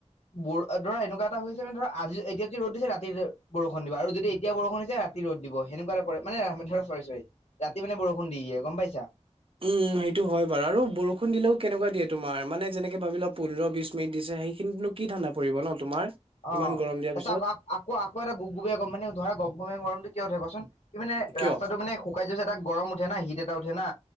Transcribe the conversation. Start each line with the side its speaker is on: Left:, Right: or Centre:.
Left: বৰ ধৰা এনেকুৱা এটা হৈছে মান ধৰা আজি এতিয়া কি ৰ'দ দিছে ৰাতি বৰষুণ দিবা আৰু যদি এতিয়া বৰষুণ দিছে, ৰাতি ৰ'দ দিব সেনেকুৱা এটা কৰে। মানে ধৰ চৰি চৰি, ৰাতি মানে বৰষুণ দি দিয়ে গম পাইছা।
Right: উম সেইটো হয় বাৰু আৰু বৰষুণ দিলেও কেনেকুৱা দিয়ে তোমাৰ মানে যেনেকে ভাবি ল পোন্ধৰ বিশ মিনিট দিছে। সেইখিনো কি ঠাণ্ডা পৰিব ন তোমাৰ।
Left: অ
Right: ইমান গৰম দিয়াৰ
Left: তাইছত
Right: পিছত
Left: আক আকৌ আকৌ এটা গুপ গুপীয়া গৰম মানে ধৰা গুপগুপীয়া গৰমটো কিয় উঠে কোৱাচোন কি মানে
Right: কিয়
Left: ৰাস্তাটো মানে শুকাই যৈছে এটা গৰম উঠে ন হিট এটা উঠে না